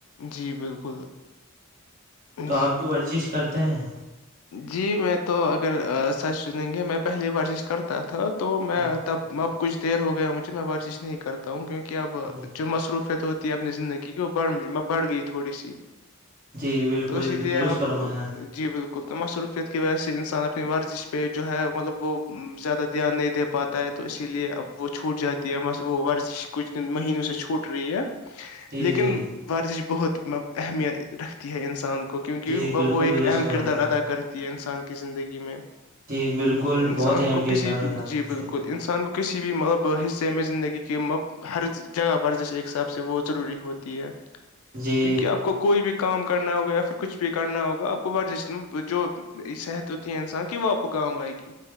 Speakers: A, on the left; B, on the right.
A: جی بالکل
B: تو آپ
A: جی
B: بھی ورزش کرتے ہیں
A: جی میں تو اگر سچھ سنیں گے میں پہلی ورزش کرتا تھا تو میں
B: جی
A: تب اب کچھ دیر ہو گیا مجھے میں ورزش نہیں کرتا ہوں کیوںک اب
B: جی
A: جو مصروفت ت اپنی زندگی کی وہ بڑھ میں بڑھ گئی تھوڑی سی
B: جی بالکل
A: تو اسی لیے
B: درست
A: اب
B: فرمایا
A: جی بالکل بالکل تو مصروفیت کی وجہ سے انسان اپنی ورزش پہ جو ہے مطلب وہ زیادہ دھیان نہیں دے پاتا ہے تو اسی لیے اب وہ چھوٹ جاتی ہے بس وہ ورزش کچھ دن مہینوں سے چھوٹ رہی ہے
B: جی
A: لیکن
B: جی
A: ورزش بہت اہمیت رکھتی ہے انسان کو کیونکہ
B: جی بالکل
A: وہ ایک
B: درست
A: اہم
B: فرمایا
A: کردار ادا کرتی ہے انسان کی زندگی میں
B: جی بالکل
A: انسان
B: بہت اہم
A: کو
B: کردار
A: کسی بھی
B: ادا کرتی
A: جی بالکل
B: ہے
A: انسان گو کسی بھی مطلب حصے میں زندگی کے مطلب ہر جگہ ورزش ایک حساب سے وہ ضروری ہوتی ہے
B: جی
A: کیونکہ آپ کو کوئی بھی کام کرنا ہوگا یا پھر کچھ بھی کرنا ہوگا آپ کو ورزش جو صحت ہوتی یہ ہیں انسان کہ وہ اپ کو کام آئے گی